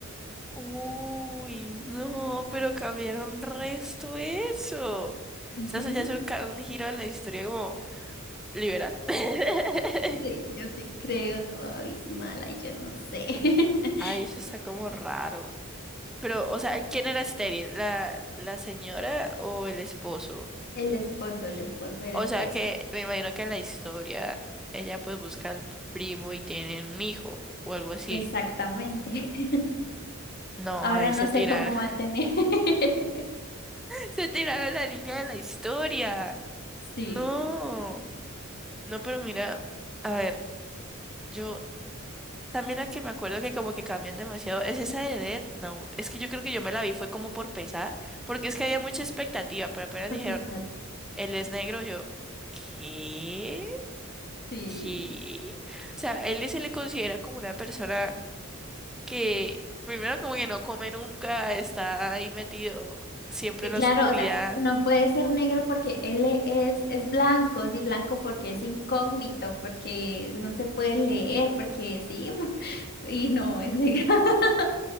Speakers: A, in the centre; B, on the left.
A: Uy, no, pero cambiaron resto eso. O
B: Ujú.
A: sea, eso ya es un, ca- un giro en la historia como liberal. <laughs>
B: Sí, yo sí creo todo abismal, ay, yo no sé. <laughs>
A: Ay, eso está como raro. Pero, o sea, ¿quién era estéril? ¿La, la señora o el esposo?
B: El esposo, el esposo era
A: O
B: estéril.
A: sea, que me imagino que en la historia ella pues busca al primo y tienen un hijo o algo así.
B: Exactamente. <laughs>
A: No,
B: Ahora
A: ahí
B: no
A: se
B: sé
A: tiraron.
B: cómo
A: <laughs>
B: va a tener. <laughs>
A: Se tiraron la línea de la historia.
B: Sí,
A: No. No, pero mira, a ver. Yo También la que me acuerdo que como que cambian demasiado es esa de Death Note. Es que yo creo que yo me la vi fue como por pesar, porque es que había mucha expectativa, pero apenas
B: por
A: dijeron,
B: pesar.
A: él es negro, yo, ¿qué?
B: Sí.
A: ¿Qué? O sea, él se le considera como una persona que primero como que no come nunca, está ahí metido siempre
B: Sí,
A: en
B: claro,
A: la oscuridad.
B: o sea, no puede ser negro porque él es, es blanco, sí, blanco porque es incógnito, porque no se puede leer, porque sí, <laughs> y no, es negro. <laughs>